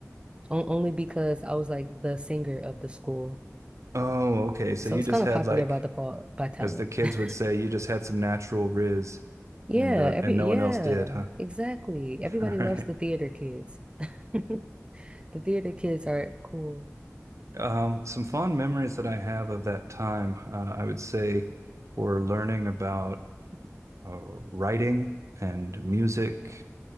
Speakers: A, on the right; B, on the right.
A: on, only because I was like the singer of the school.
B: Oh, okay. So
A: So
B: you
A: I was
B: just
A: kind of
B: had
A: popular
B: like,
A: by default by talent.
B: as the kids
A: <laughs>
B: would say, you just had some natural riz,
A: Yeah,
B: and uh,
A: every
B: and no
A: yeah,
B: one else did, huh?
A: exactly.
B: <laughs>
A: Everybody
B: All
A: loves
B: right.
A: the theater kids. <laughs> The theater kids are cool.
B: Um, some fond memories that I have of that time, uh, I would say, were learning about uh, writing and music